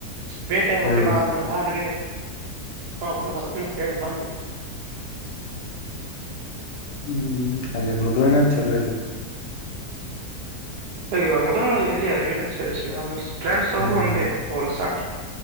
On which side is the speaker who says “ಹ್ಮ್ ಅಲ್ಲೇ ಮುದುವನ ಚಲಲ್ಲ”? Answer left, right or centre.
Left